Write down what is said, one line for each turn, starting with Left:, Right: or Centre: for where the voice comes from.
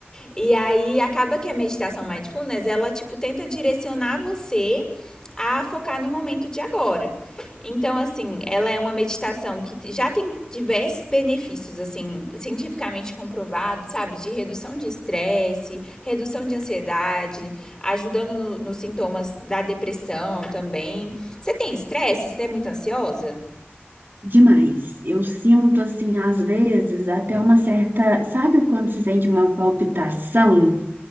Left: E aí acaba que a meditação mindfulness, ela tipo tenta direcionar você a focar no momento de agora. Então, assim, ela é uma meditação que já tem diversos benefícios, assim, cientificamente comprovados, sabe? De redução de estresse, redução de ansiedade, ajudando no, nos sintomas da depressão também. Você tem estresse? Você é muito ansiosa?
Right: Demais. Eu sinto assim, às vezes, até uma certa. Sabe quando se sente uma palpitação?